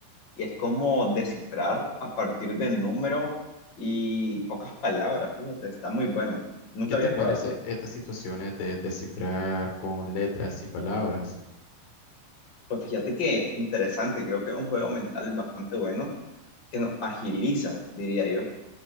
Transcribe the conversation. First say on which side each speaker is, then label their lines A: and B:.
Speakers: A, on the left; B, on the left.
A: Y es como descifrar a partir de número y pocas palabras, fíjate. Está muy bueno. Nunca
B: ¿Qué te
A: había
B: parece
A: jugado esto.
B: estas situaciones de descifrar con letras y palabras?
A: Pues fíjate que interesante. Creo que es un juego mental bastante bueno que nos agiliza, diría yo.